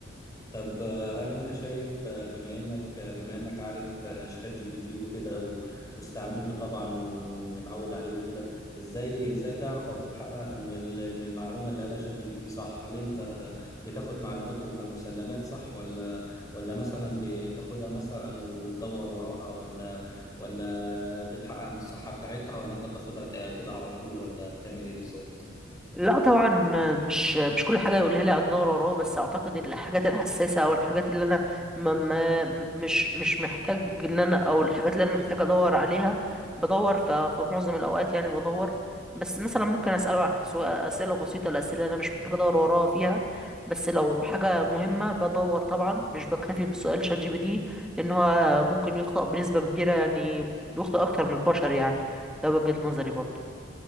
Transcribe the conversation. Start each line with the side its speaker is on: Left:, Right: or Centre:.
Left: طب آه، هل انت شايف آه، بما انك آه، بما انك عارف آه، شات جي بي تي وكده و- واستعملته طبعا ومتعود عليه وكده ازاي ازاي تعرف او تتحقق ان ال- ان المعلومه اللي قالها شات جي بي تي صح هل انت بتاخد معلوماته كمسلمات صح ولا ولا مثلا بتاخدها مثلا وتدور وراها ولا ولا بتحقق من الصحه بتاعتها ولا انت بتاخدها ك- كده على طول ولا بتعمل ايه بالظبط
Centre: لا طبعا مش مش كل حاجه يقولها لي اقعد ادور وراه بس اعتقد إن الحاجات الحساسه او الحاجات اللي انا ما ما مش مش محتاج ان انا او الحاجات اللي انا محتاج ادور عليها بدور ف- فمعظم الاوقات يعني بدور بس مثلا ممكن اساله على سؤال- اسئله بسيطه الاسئله اللي انا مش محتاج ادور وراها فيها بس لو حاجه مهمه بدور طبعا مش بكتفي بسؤال شات جي بي تي لان هو ممكن يخطئ بنسبه كبيره يعني بيخطئ اكتر من البشر يعني ده وجهه نظري برضه